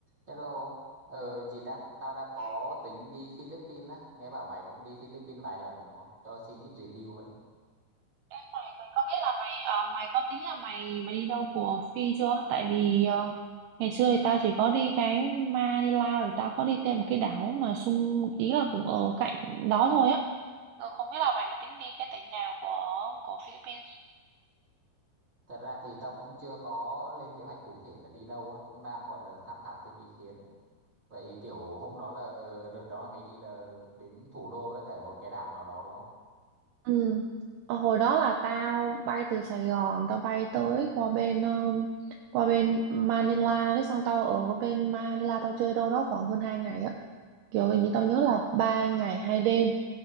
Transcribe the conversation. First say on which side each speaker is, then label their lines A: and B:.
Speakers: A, on the right; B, on the right.
A: Hello, ờ gì ta? Tao đã có tính đi Philippines á, nghe bảo mày cũng đi Philippines vài lần rồi đúng không? Cho xin ít review ấy.
B: Em mày mày có biết là mày ờ, mày có tính là mày mày đi đâu của Phi chưa? Tại vì ờ, ngày xưa thì tao chỉ có đi cái Manila rồi tao có đi thêm một cái đảo mà xung ý là cũng ở cạnh đó thôi á. Ờ, không biết là mày mà tính đi cái tỉnh nào của của Philippines.
A: Thật ra thì tao cũng chưa có lên kế hoạch cụ thể là đi đâu á, cũng đang gọi là tham khảo thêm ý kiến. Vậy kiểu hôm đó là đợt đó là mày đi là đến thủ đô với cả một cái đảo nào đó đúng không?
B: Ừ. Ờ, Hồi đó là tao bay từ Sài Gòn, tao bay tới qua bên um, qua bên Manila, cái xong tao ở bên Manila tao chơi đâu đó khoảng hơn 2 ngày á. Kiểu hình như tao nhớ là 3 ngày 2 đêm.